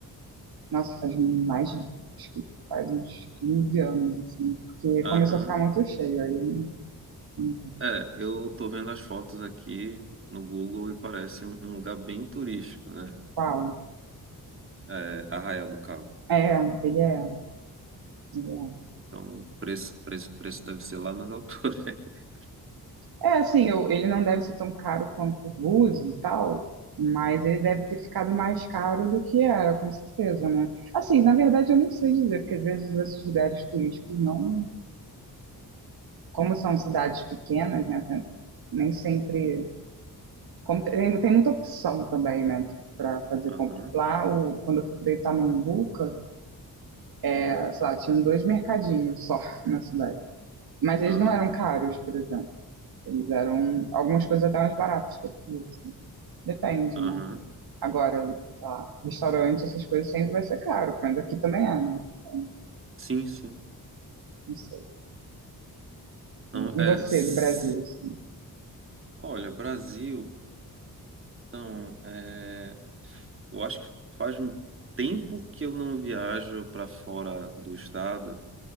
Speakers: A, on the right; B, on the right.
A: nossa, faz mais, de- acho que faz uns 15 anos, assim, porque
B: Aham.
A: começou a ficar muito cheio, aí eu não, não vou.
B: É, eu tô vendo as fotos aqui no Google e parece um um lugar bem turístico, né?
A: Qual?
B: É, Arraial do Cabo.
A: É, ele é, ele é.
B: Então, o preço, preço, preço deve ser lá nas alturas. <laughs>
A: É, assim, eu- ele não deve ser tão caro quanto o Búzios e tal, mas ele deve ter ficado mais caro do que era, com certeza, né? Assim, na verdade, eu não sei dizer, porque às vezes esses lugares turísticos não. Como são cidades pequenas, né? tem- nem sempre. Como tem, tem muita opção também, né? Para fazer
B: Aham.
A: compra. Lá, o, quando eu fui para Itamambuca, eh, sei lá, tinham dois mercadinhos só <laughs> na cidade. Mas eles
B: Aham.
A: não eram caros, por exemplo. Eles eram algumas coisas até mais baratas que aqui, assim. Depende,
B: Aham.
A: né? Agora, sei lá, restaurante, essas coisas sempre vai ser caro, mas aqui também é, né? Então,
B: Sim, sim.
A: não sei.
B: Não,
A: E
B: é,
A: você,
B: s-
A: do Brasil, assim?
B: olha, Brasil, então, é, eu acho que faz um tempo que eu não viajo para fora do estado